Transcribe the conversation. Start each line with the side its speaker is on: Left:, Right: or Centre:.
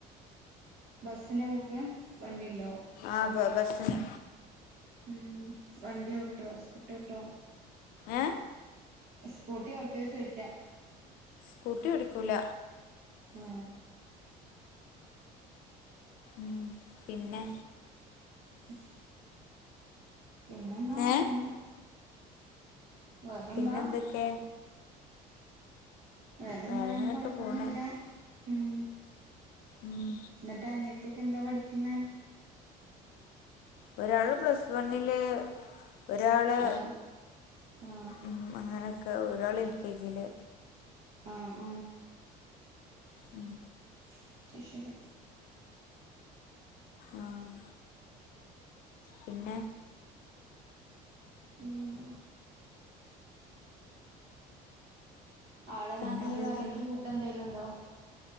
Right: ബസ്സിനാ പോക്ക് വണ്ടിണ്ടോ?
Left: ആഹ് ബ ബസ് ന്
Right: ഉം വണ്ടി ഓട്ടോ സ്കൂട്ടി ഓട്ടോ
Left: ഏ
Right: സ്കൂട്ടി ഓട്ടുവോ ചോയിക്കാ
Left: സ്കൂട്ടി ഓടിക്കൂല
Right: ഏ
Left: ഉം പിന്നെ
Right: ഉം പിന്നെന്നാ അങ്ങനെ
Left: ഏ
Right: വേറെന്താ
Left: പിന്നെന്തക്കെ
Right: വേറെന്താ
Left: വേറെങ്ങനൊക്കെ
Right: അങ്ങനെ കൊഴപ്പൊന്നുല്ല
Left: പോണ്
Right: ഉം
Left: ഉം
Right: ന്നിട്ട് അനിയത്തിയൊക്കെ എന്താ പഠിക്കുന്നെ
Left: ഒരാള് പ്ലസ് വണ്ണില് ഒരാള്
Right: ആഹ് ആഹ്
Left: ഉം അങ്ങനെയൊക്കെ ഒരാള് എൽ കെ ജില്
Right: ആഹ് ആഹ്
Left: ഉം
Right: അത് ശരി
Left: ആഹ് പിന്നെ
Right: ഉം അവിടെ
Left: പിന്നെന്തൊക്കെ
Right: നാട്ടില് വെറൈറ്റി ഫുഡ് എന്തെലും ണ്ടോ